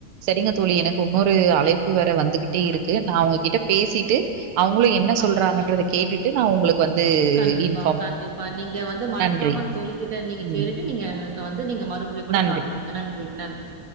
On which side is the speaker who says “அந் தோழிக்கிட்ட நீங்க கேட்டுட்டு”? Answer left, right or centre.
Right